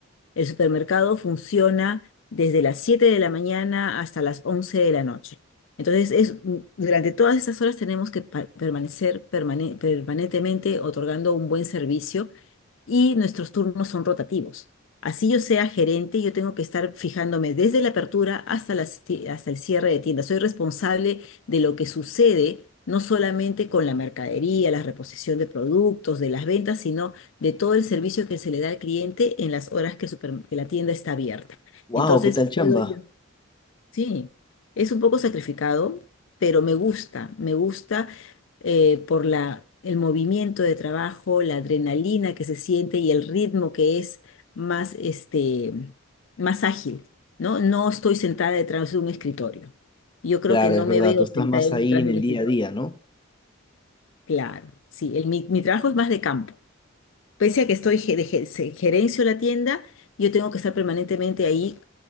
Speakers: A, on the left; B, on the left.
A: El supermercado funciona desde las 7 de la mañana hasta las 11 de la noche. Entonces, es, durante todas esas horas tenemos que pa- permanecer permane- permanentemente otorgando un buen servicio y nuestros turnos son rotativos. Así yo sea gerente, yo tengo que estar fijándome desde la apertura hasta la ci- hasta el cierre de tienda. Soy responsable de lo que sucede, no solamente con la mercadería, la reposición de productos, de las ventas, sino de todo el servicio que se le da al cliente en las horas que, el supermer- que la tienda está abierta.
B: Wow,
A: Entonces,
B: ¿qué tal chamba?
A: puedo yo Sí, es un poco sacrificado, pero me gusta, me gusta eh, por la, el movimiento de trabajo, la adrenalina que se siente y el ritmo que es más, este, más ágil, ¿no? No estoy sentada detrás de un escritorio. Yo creo
B: Claro,
A: que no
B: es verdad,
A: me veo
B: tú estás
A: sentada
B: más
A: detrás
B: ahí en
A: de
B: el
A: un escritorio.
B: día a día, ¿no?
A: Claro, sí, el, mi, mi trabajo es más de campo. Pese a que estoy ge- de ge- se- gerencio la tienda, yo tengo que estar permanentemente ahí